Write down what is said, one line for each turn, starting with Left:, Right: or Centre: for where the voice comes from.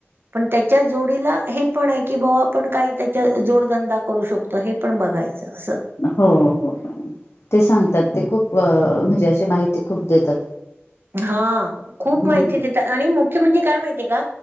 Right: पण त्याच्या जोडीला हे पण आहे की, बाबा आपण काही त्याच्या जोडधंदा करू शकतो हे पण बघायचं असं.
Left: हो, हो. ते सांगतात, ते खूप म्हणजे अशी माहिती खूप देतात.
Right: हा खूप
Left: हम्म
Right: माहितीे देतात आणि मुख्य म्हणजे काय माहितीय का